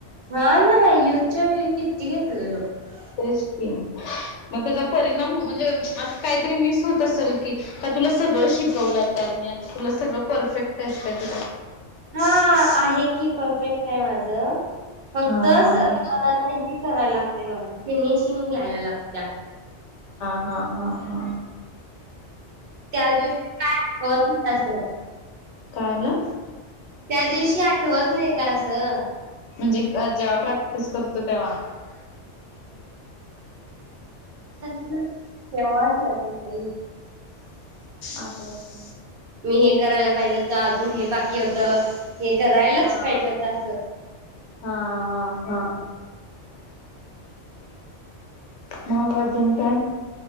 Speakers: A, on the right; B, on the left.
A: हा ना युथच्या वेळीं किती घेतलं लोकं
B: तेच कीया मंग त्यांचा परिणाम म्हणजे आ कांहीतरी मिस होत असेल की का तुला सगळं शिकव लागतात आणि त्यातलं तुला सगळं परफेक्ट आहे ति
A: हा आहे की परफेक्ट आहेय माझं फक्तच
B: हा हा
A: ह
B: हा
A: संत कराला लागते मला फिनिशिंग घ्यायला लागत्या
B: हा हा हा हा
A: त्या दिवशी काय हवंय त्यासण
B: कारला
A: त्या दिवशी आठवत नाहीं कां असं
B: म्हणजे जेंव्हा प्रॅक्टिस करतों तेंव्हा
A: केवास त झाली भाई
B: आता येता
A: मी हे करायला पाहिजे होतं अजून हे बाकी होतं हे करायलाच
B: हा
A: पाहिजे होतंय असं
B: हा हा हा मंग अर्जुन काय